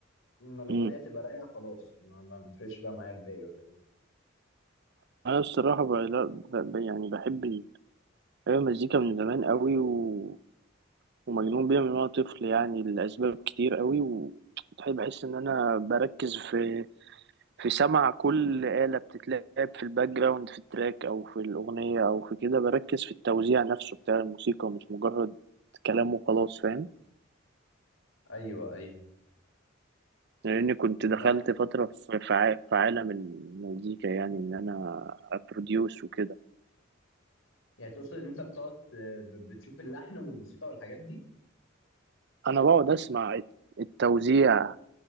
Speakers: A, on the left (about 65°); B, on the right (about 55°).
A: اما الاغنيه
B: مم.
A: تبقى رايقه خلاص ما, ما بتفرقش بقى معايا الباقي والحاجات دي
B: انا الصراحه بقى لا ب- ب- يعني بحب ال- بحب المزيكا من زمان قوي و... ومجنون بيها من وانا طفل يعني لاسباب كتير قوي وبحب بحس ان انا بركز في في سمع كل آلة بتتلعب في الباك جراوند في التراك او في الاغنيه او في كده بركز في التوزيع نفسه بتاع الموسيقى مش مجرد كلام وخلاص فاهم
A: ايوه ايوه
B: لاني كنت
A: والله
B: دخلت فتره في في ع- في عالم المزيكا يعني ان انا ابروديوس وكده
A: يعني تقصد ان انت بتقعد آه، ب- بتشوف اللحن والموسيقى والحاجات دي
B: انا بقعد اسمع التوزيع